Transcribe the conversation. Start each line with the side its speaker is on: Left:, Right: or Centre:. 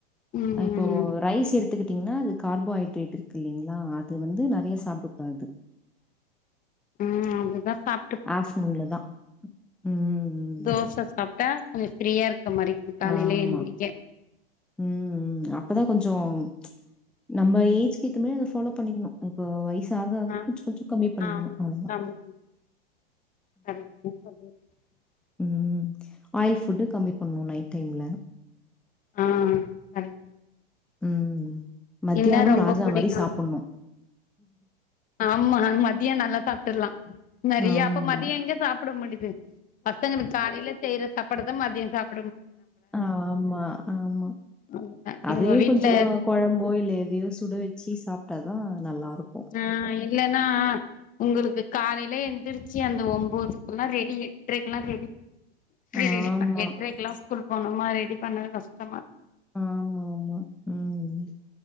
Left: ம்
Centre: அ இப்போ ரைஸ் எடுத்துக்கிட்டீங்கனா அதுக் கார்போஹைட்ரேட் இருக் இல்லிங்களா அது வந்து நெறைய சாப்டக் கூடாது
Left: ம் அதுதா சாப்
Centre: ஆஃப்ட்னூன்ல தா <unintelligible> உம்
Left: தோச சாப்ட்டா கொஞ்சோ ஃப்ரீயா இருக்க மாரி <inaudible>
Centre: ஆமா
Left: எந்திரிக்க
Centre: உம் அப்பதா கொஞ்சோ ப்ச் நம்ம ஏஜ்க்கு ஏத்தே மாரி அத ஃபாலோ பண்ணிக்கணு இப்ப வயசு சாக
Left: ஆ
Centre: கொஞ்சோ கொஞ்சோ கம்மி பண்ணிக்கணு
Left: ஆமா
Centre: அவ்ளோதா
Left: <inaudible>
Centre: உம் ஆயில் ஃபுட்டு கம்மி பண்ணு நைட் டைம்ல
Left: ஆ ஆ கரெக்
Centre: ம் மத்யானோ
Left: என்ன ரொம்ப
Centre: ராஜா
Left: புடிக்கு
Centre: மாரி சாப்புட்னு
Left: ஆம்மா மதியோ நல்லா சாப்டர்லா நெறயா
Centre: ஆமா.
Left: அப்ப மதியோ எங்க சாப்ட முடிது பஸ்சங்களுக்கு காலேல செய்ற சாப்பாடுதா மதியோ சாப்
Centre: ஆம்மா ஆமா
Left: அதுதா இவுங்க
Centre: அதையு
Left: வீட்ல
Centre: கொஞ்சோ கொழம்போ இல்ல எதையோ சுட வெச்சி சாப்ட்டாதா நல்லாருக்
Left: ஆ இல்லனா ஒங்களுக்கு காலையில எந்திரிச்சு அந்த ஒம்பதுக்குலா ரெடி எட்ரைக்குலா ரெடி <inaudible> ரெடி
Centre: ஆமா
Left: பண் எட்ரைக்கெலா ஸ்கூலு போனுமா ரெடி பண்ணவே கஷ்டமா இருக்
Centre: ஆம்மா ஆமா உம்